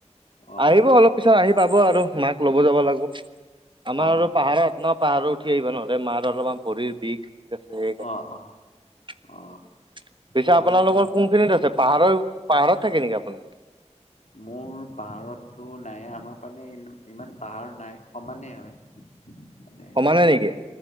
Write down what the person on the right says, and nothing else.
আহিব অলপ পিছ <unintelligible> আহি পাব আৰু মাক ল'ব যাব লাগিব। আমাৰ
আৰু পাহাৰত ন পাহাৰো উঠি আহিব নোৱাৰে, মাৰ অলপমান ভৰিৰ বিষ আছে।
পিছে
আপোনালোকৰ কোনখিনিত আছে পাহাৰৰ পাহাৰত থাকে নেকি আপুনি?
সমানেই নেকি?